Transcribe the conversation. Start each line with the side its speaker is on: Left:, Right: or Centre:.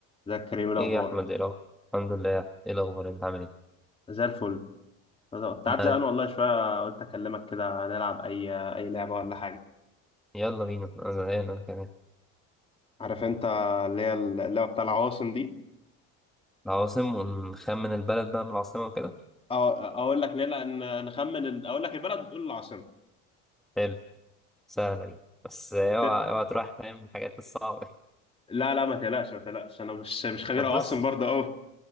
Left: ازيك يا كريم إيه الاخبار
Centre: ايه يا احمد ايه الاخبار الحمد لله يا احمد ايه الاخبار انت عامل ايه
Left: زي الفل كنت قاعد
Centre: ما
Left: زهقان والله شويه قلت اكلمك كده نلعب اي اي لعبه ولا حاجه
Centre: يلا بينا انا زهقان انا كمان
Left: عارف انت اللي هي اللعبه بتاع العواصم دي
Centre: العواصم ونخمن البلد بقى من العاصمه وكده
Left: أو اقول لك نلا ان نخمن ال- اقول لك البلد بتقول العاصمه
Centre: حلو سهله دي بس اوعى
Left: ت-
Centre: اوعى تروح نايم من الحاجات الصعبه
Left: لا لا ما تقلقش ما تقلقش انا مش
Centre: <laughs>
Left: مش خبير
Centre: طب
Left: عواصم
Centre: بص
Left: برضه اهو